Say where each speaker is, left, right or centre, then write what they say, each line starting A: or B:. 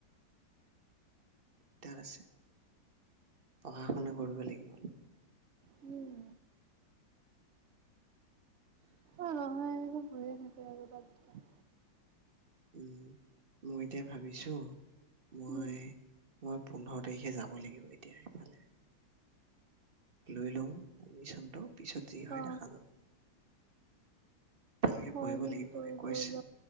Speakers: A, on the right; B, on the right.
A: দিগদাৰ আছে পঢ়া শুনা কৰিব লাগিব অলপ।
B: উম। অ নহয় আৰু হৈয়ে থাকে আৰু বাদ দিয়া।
A: উম মই এতিয়া ভাবিছো মই
B: উম
A: মই পোন্ধৰ তাৰিখে যাব লাগিব এতিয়া এফালে লৈ লও এডমিশ্যনটো। পিছত যি হয়
B: অ
A: দেখা যাব ভালকে
B: হয়
A: পঢ়িব
B: কিন্তু
A: লাগিব একৈশ,
B: লৈ ল।